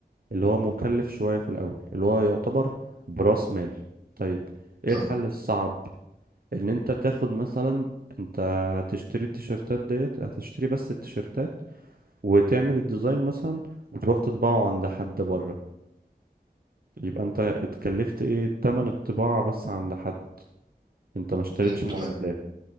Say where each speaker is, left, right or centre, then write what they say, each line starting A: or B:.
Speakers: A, on the right (about 65°); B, on the right (about 25°).
A: اللي هو مكلف شوية في الأول اللي هو يعتبر برأس مال طيب
B: تمام
A: ايه الحل الصعب ان انت تاخد مثلا انت هتشتري التيشيرتات ديت هتشتري بس التيشيرتات وتعمل الديزاين مثلا وتروح تطبعه عند حد بره يبقى انت اتكلفت ايه تمن الطباعة بس عند حد انت ما اشتريتش
B: امم
A: معدات
B: تمام